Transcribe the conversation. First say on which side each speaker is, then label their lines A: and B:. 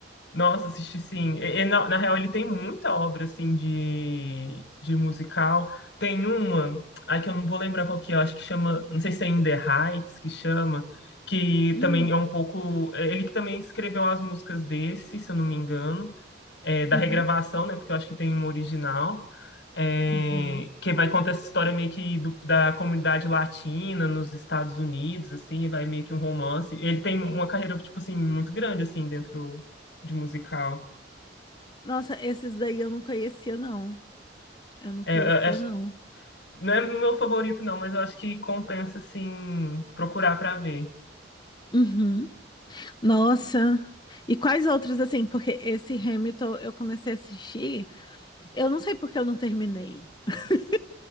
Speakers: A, on the left; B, on the left.
A: Nossa, assisti sim. E- e na, na real, ele tem muita obra assim de, de musical. Tem uma, ai que eu não vou lembrar qual que é, eu acho que chama, não sei se é In The Heights que chama, que
B: Hum,
A: também é um pouco. é, Ele que também escreveu as músicas desse, se eu não me engano, é, da
B: uhum,
A: regravação, né? Porque eu acho que tem uma original é,
B: uhum.
A: que vai contar essa história meio que do- da comunidade latina nos Estados Unidos, assim, vai meio que um romance. Ele tem uma carreira, tipo assim, muito grande, assim, dentro de musical.
B: Nossa, esses daí eu não conhecia, não. Eu não
A: É,
B: conhecia,
A: é, é-
B: não.
A: não é meu favorito, não, mas eu acho que compensa, assim, procurar pra ver.
B: Uhum. Nossa. E quais outros, assim? Porque esse Hamilton eu comecei a assistir. Eu não sei porque eu não terminei. <laughs>